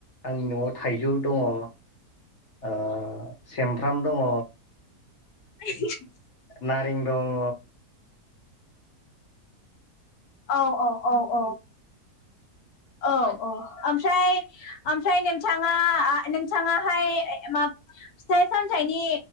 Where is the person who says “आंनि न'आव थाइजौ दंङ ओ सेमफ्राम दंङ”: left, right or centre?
Left